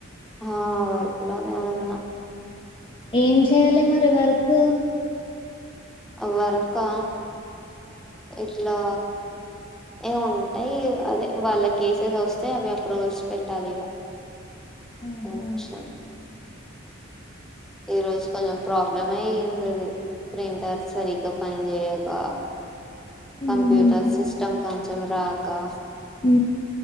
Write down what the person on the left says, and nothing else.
ఏం చేయాలి మరి వర్ బ
ఆహా
ఉహు
ఊ